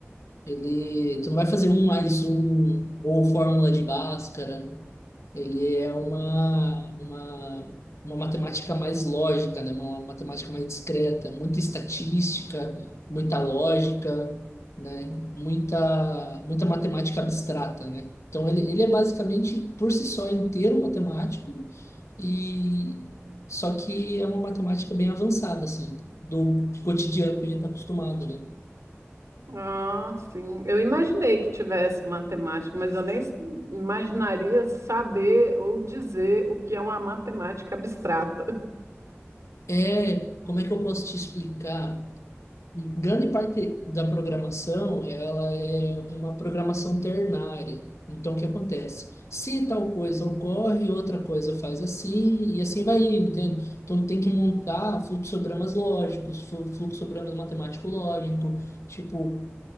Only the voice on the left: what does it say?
Ele, tu não vai fazer um mais um ou fórmula de Bhaskara. Ele é uma, uma, uma matemática mais lógica, né? Uma matemática mais discreta, muita estatística, muita lógica, né? Muita, muita matemática abstrata, né? Então ele, ele é basicamente por si só inteiro matemático e só que é uma matemática bem avançada, assim, do cotidiano que a gente está acostumado, né?
É, como é que eu posso te explicar? Grande parte da programação, ela é uma programação ternária. Então, o que acontece? Se tal coisa ocorre, outra coisa faz assim, e assim vai indo, entende? Então, tem que montar fluxogramas lógicos, flu- fluxogramas matemático-lógico, tipo,